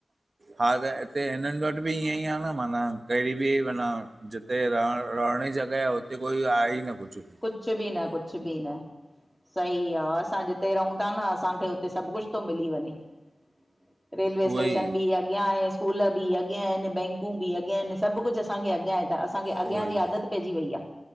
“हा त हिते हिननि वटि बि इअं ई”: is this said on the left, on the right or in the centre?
Right